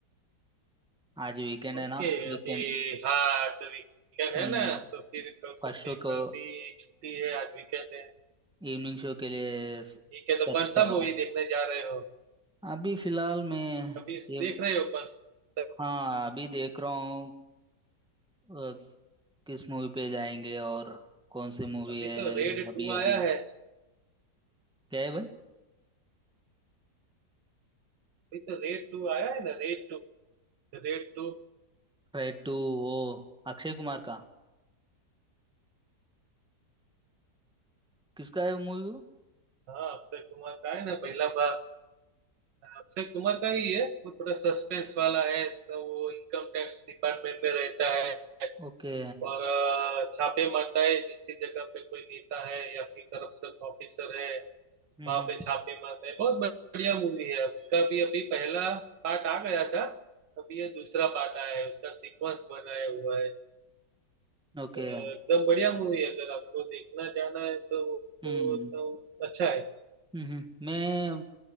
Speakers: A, in the centre; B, on the right (about 85°).
A: आज वीकेंड
B: ओके
A: है ना वीकेंड
B: अभी हाँ तो वीकेंड
A: हम्म,
B: है ना तो फिर कल
A: फर्स्ट
B: तो फिर
A: शो को
B: कल भी छुट्टी है आज वीकेंड है
A: इवनिंग शो के लिए सर्च
B: ठीक है तो कौन
A: कर
B: सा
A: रहा
B: मूवी
A: हूँ
B: देखने जा रहे हो
A: अभी फिलहाल मैं
B: अभी
A: ये
B: देख रहे हो कौन सा
A: हाँ अभी देख रहा हूँ अ, किस मूवी पे जाएंगे और कौन सी मूवी
B: अभी
A: है
B: तो रेड
A: अभी
B: टू आया
A: अभी
B: है अभी
A: क्या है भाई
B: तो रेड टू आया है ना रेड टू रेड टू
A: रेड टू वो अक्षय कुमार का किसका है मूवी वो मूवी
B: हाँ अक्षय कुमार का है ना पहला भाग अक्षय कुमार का ही है वो थोड़ा सस्पेंस वाला है तो वो इनकम टैक्स डिपार्टमेंट में रहता है
A: वो? ओके
B: और अ, छापे मारता है जिस जगह पे कोई नेता है या फिर करप्शन ऑफिसर है
A: हम्म
B: वहां
A: हम्म
B: पे छापे मारता है बहुत बढ़िया मूवी है उसका भी अभी पहला पार्ट आ गया था अभी ये दूसरा पार्ट आया है उसका सीक्वेंस बनाया हुआ है
A: ओके
B: अ, एकदम बढ़िया मूवी है अगर आपको देखना जाना है तो
A: हम्म
B: वो एकदम
A: okay,
B: अच्छा है
A: हम्म हम्म। मैं